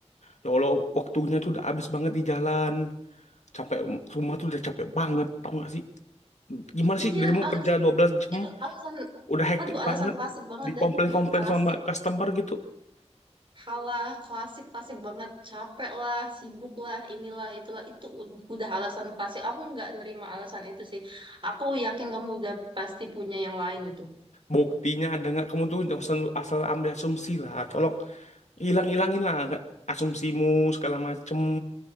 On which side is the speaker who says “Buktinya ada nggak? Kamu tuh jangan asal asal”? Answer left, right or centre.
Left